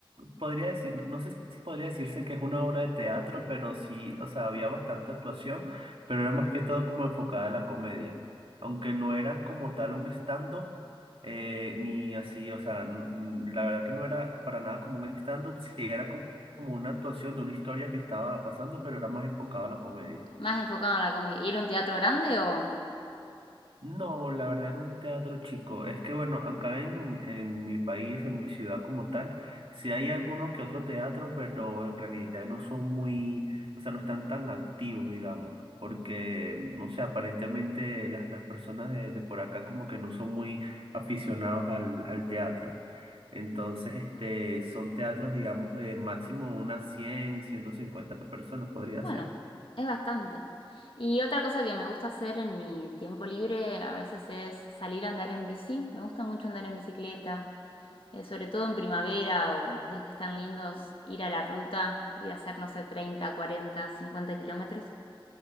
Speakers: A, on the right; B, on the left.
A: Podría decir, no sé si podría decirse que es una obra de teatro, pero sí, o sea, había bastante actuación, pero era más que todo como enfocada a la comedia. Aunque no era como tal un stand-up, eh, ni así, o sea, n- n- la verdad que no era para nada como un stand-up, sí era como como una actuación de una historia que estaba pasando, pero era más enfocada a la comedia.
B: Más enfocado en la comedia. ¿Y era un teatro grande o
A: No, la verdad era un teatro chico. Es que bueno, acá en, en mi país, en mi ciudad como tal, sí hay alguno que otro teatro, pero en realidad no son muy, o sea, no están tan activos, digamos, porque, no sé, aparentemente las, las personas de, de por acá como que no son muy aficionados al, al teatro. Entonces, este, son teatros, digamos, de máximo unas cien, ciento cincuenta personas podría
B: Bueno,
A: ser.
B: es bastante. Y otra cosa que me gusta hacer en mi tiempo libre a veces es salir a andar en bici. Me gusta mucho andar en bicicleta, eh, sobre todo en primavera o los días que están lindos, ir a la ruta, ir a hacer, no sé, 30, 40, 50 kilómetros.